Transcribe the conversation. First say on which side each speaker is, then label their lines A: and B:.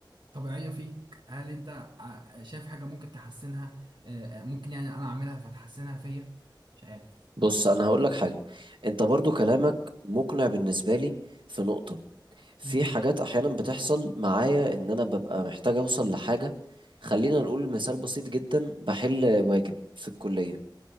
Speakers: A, on the right; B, on the right.
A: طبيعية فيك هل انت ع- شايف حاجة ممكن تحسنها آه، آه، ممكن يعني انا اعملها فتحسنها فيا مش عارف
B: بص انا هقول لك حاجه انت برضو كلامك مقنع بالنسبه لي في نقطه في
A: مم.
B: حاجات احيانا بتحصل معايا ان انا ببقى محتاج اوصل لحاجه خلينا نقول مثال بسيط جدا بحل واجب في الكليه